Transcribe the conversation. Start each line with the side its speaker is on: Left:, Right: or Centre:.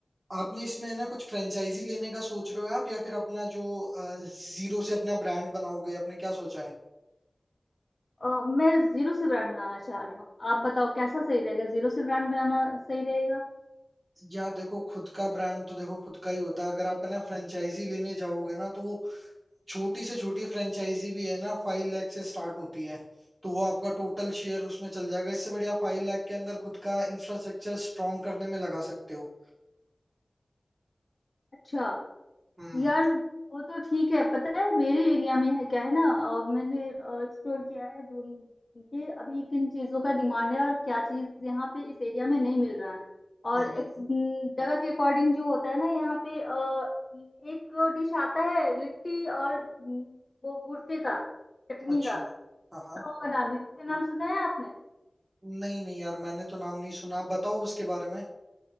Right: आपने इसमें है ना कुछ फ्रेंचाइजी लेने का सोच रहे हो आप या फिर अपना जो जीरो से अपना ब्रांड बनाओगे आपने क्या सोचा है
Left: अ, मैं जीरो से ब्रांड बनाना चाह रही हूँ आप बताओ कैसा सही रहेगा जीरो से ब्रांड बनाना सही रहेगा
Right: यार देखो खुद का ब्रांड तो देखो खुद का ही होता है अगर आप है ना फ्रेंचाइजी लेने जाओगे ना तो वो छोटी से छोटी
Left: हम्म,
Right: फ्रेंचाइजी भी है ना फाइव लाख से स्टार्ट होती है तो वो आपका टोटल शेयर उसमें चल जाएगा इससे बढ़िया फाइव लाख के अंदर खुद का इंफ्रास्ट्रक्चर स्ट्रॉन्ग करने में लगा सकते हो
Left: अच्छा
Right: हम्म
Left: यार वो तो ठीक है पता है मेरे एरिया में है क्या है ना अ, मैंने एक्सप्लोर किया है ढूंढ कि अभी किन चीजों का डिमांड है और क्या चीज यहाँ पे इस एरिया में नहीं मिल रहा है और
Right: हम्म,
Left: एक
Right: हम्म, हम्म,
Left: न, जगह के अकॉर्डिंग जो होता है ना यहाँ पे अ, एक डिश आता है लिट्टी और न, वो भुर्ते का चटनी
Right: अच्छा
Left: का उसका
Right: हाँ हाँ
Left: होगा नाम लिट्टी का नाम सुना है आपने
Right: नहीं नहीं यार मैंने तो नाम नहीं सुना आप बताओ उसके बारे में